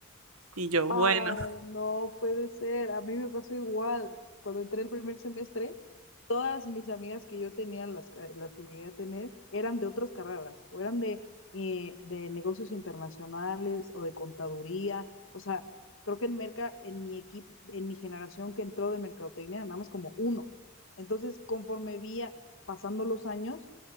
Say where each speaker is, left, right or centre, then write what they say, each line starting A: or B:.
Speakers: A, on the right; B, on the left.
A: Y yo,
B: Ay,
A: bueno,
B: no puede ser. A mí me pasó igual. Cuando entré el primer semestre, todas mis amigas que yo tenía, las, que- las que llegué a tener, eran de otras carreras, o eran de, eh, de negocios internacionales o de contaduría. O sea, creo que en Merca, en mi equipo, en mi generación que entró de mercadotecnia, nada más como uno. Entonces, conforme vi a- pasando los años,